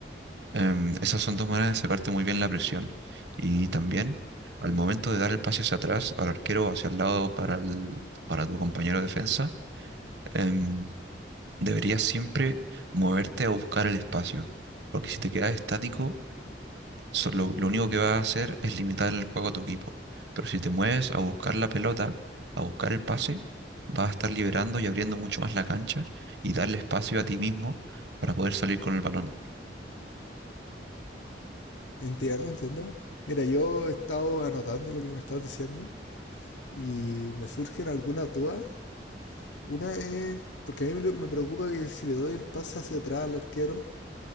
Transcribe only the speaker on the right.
Em, esas son dos maneras de sacarte muy bien la presión. Y también, al momento de dar el pase hacia atrás, al arquero o hacia el lado para, el- para tu compañero de defensa, em, deberías siempre moverte a buscar el espacio. Porque si te quedas estático, so- lo, lo único que vas a hacer es limitar el juego a tu equipo. Pero si te mueves a buscar la pelota, a buscar el pase, vas a estar liberando y abriendo mucho más la cancha y darle espacio a ti mismo para poder salir con el balón.